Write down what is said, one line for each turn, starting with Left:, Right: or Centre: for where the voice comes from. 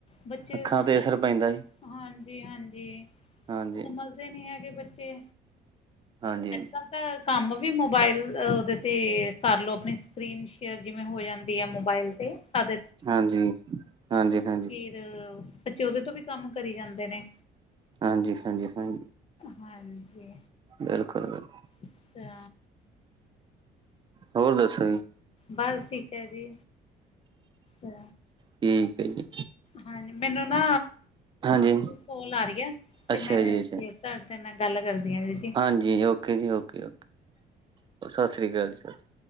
Left: ਬੱਚੇ
Right: ਅੱਖਾਂ
Left: ਸਮਝ
Right: ਤੇ ਅਸਰ ਪੈਂਦਾ ਜੀ
Left: ਹਾਂਜੀ- ਹਾਂਜੀ
Right: ਹਾਂਜੀ
Left: ਸਮਝ ਦੇ ਨੀ ਹੈਗੇ ਬੱਚੇ,
Right: ਹਾਂਜੀ
Left: ਅੱਜ਼
Right: ਹਾਂਜੀ
Left: ਕੱਲ। ਆ ਕੰਮ ਵੀ ਮੋਬਾਇਲ ਉਹਦੇ ਤੇ ਕਰ ਲਓ ਆਪਣੀ ਸ ਸਕੀਨ ਸ਼ੇਅਰ ਜਿਵੇਂ ਹੋ ਜਾਂਦੀ ਆ, ਮੋਬਾਇਲ ਤੇ ਤਦ
Right: ਹਾਂਜੀ-ਹਾਂਜੀ ਹਾਂ
Left: ਫੇਰ ਬੱਚੇ ਉਹਦੇ ਤੋਂ ਵੀ ਕੰਮ ਕਰੀ ਜਾਂਦੇ ਨੇ।
Right: ਹਾਂਜੀ- ਹਾਂਜੀ, ਹਾਂ
Left: ਹਾਂਜੀ।
Right: ਬਿਲਕੁਲ- ਬਿਲਕੁਲ।
Left: ਅੱਛਾ।
Right: ਹੋਰ ਦੱਸੋ ਜੀ।
Left: ਬਸ ਠੀਕ ਐ ਜੀ, ਆ
Right: ਠੀਕ ਏ ਜੀ।
Left: ਹਾਂਜੀ ਮੈਨੂੰ ਨਾ
Right: ਹਾਂਜੀ
Left: ਕੋਲ ਆ ਰਹੀ ਐ, ਤੇ
Right: ਅੱਛਾ
Left: ਮੈਂ
Right: ਜੀ ਅੱਛਾ
Left: ਫਿਰ ਤਾਡੇ ਨਾ ਗੱਲ ਕਰਦੀ ਆਂ ਵੀ
Right: ਹਾਂਜੀ ਓਕੇ ਜੀ ਓਕੇ- ਓਕੇ ਸਾਸ੍ਰੀ ਕਾਲ ਜੀ ਸਾਸੀ